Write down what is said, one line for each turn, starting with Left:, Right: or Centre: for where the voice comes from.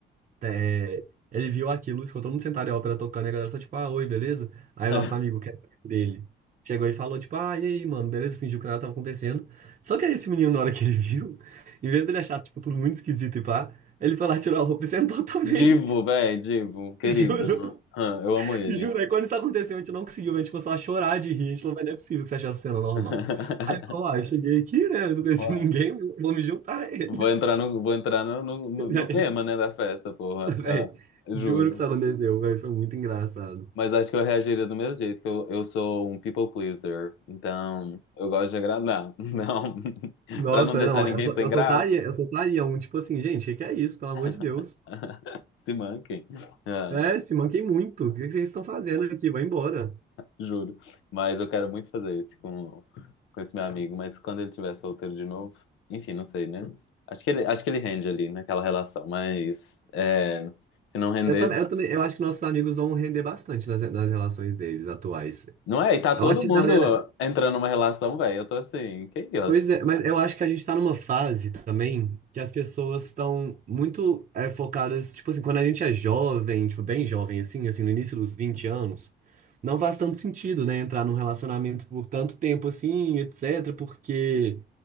Right: é, ele viu aquilo, ficou todo mundo sentado e a ópera tocando, e a galera só tipo, ah, oi, beleza? Aí
Left: <laughs>
Right: o nosso amigo, que era amigo dele, chegou e falou, tipo, ah, e aí, mano, beleza? Fingiu que nada tava acontecendo. Só que aí esse menino, na hora que ele <laughs> viu, em vez dele achar, tipo, tudo muito esquisito e pá, ele foi lá, tirou a roupa e sentou também.
Left: Divo, velho, Divo,
Right: <laughs>
Left: querido.
Right: Juro,
Left: Aham, Eu amo ele.
Right: juro. Aí quando isso aconteceu, a gente não conseguiu, a gente começou a chorar de rir, a gente falou, "Mas não é possível que você achou essa cena normal.
Left: <laughs>
Right: Aí ele falou, ah, eu cheguei aqui, né, eu não conheci
Left: Ué.
Right: ninguém, vou me juntar a eles.
Left: Vou entrar no, vou entrar no, no, no-
Right: <laughs>
Left: no
Right: Véi,
Left: tema, né, da festa, porra.
Right: véi,
Left: Ah, juro.
Right: juro que isso aconteceu, véi, foi muito engraçado.
Left: Mas acho que eu reagiria do mesmo jeito, que eu, eu sou um people pleaser. Então, eu gosto de agradar. <laughs> Não, <laughs>
Right: Nossa,
Left: pra não deixar
Right: não,
Left: ninguém
Right: eu, sol-
Left: sem
Right: eu
Left: graça.
Right: soltaria, eu soltaria um tipo assim, gente, o que que é isso? Pelo
Left: <laughs>
Right: amor de Deus.
Left: Se manquem. Ah,
Right: É, se manquem muito. O que que vocês estão fazendo aqui? vai embora.
Left: juro. Mas eu quero muito fazer isso com, com esse meu amigo. Mas quando ele tiver solteiro de novo, enfim, não sei, né? Acho que ele, acho que ele rende ali naquela relação. Mas é, se não render,
Right: Eu também, eu também, eu acho que nossos amigos vão render bastante nas, nas relações deles atuais.
Left: Não é? E tá
Right: Eu
Left: todo
Right: acho que
Left: mundo
Right: a galera,
Left: entrando numa relação, velho. Eu tô assim, que isso?
Right: Pois é, mas eu acho que a gente tá numa fase também que as pessoas estão muito é, focadas, tipo assim, quando a gente é jovem, tipo, bem jovem, assim, assim, no início dos 20 anos, não faz tanto sentido, né, entrar num relacionamento por tanto tempo assim, etc, porque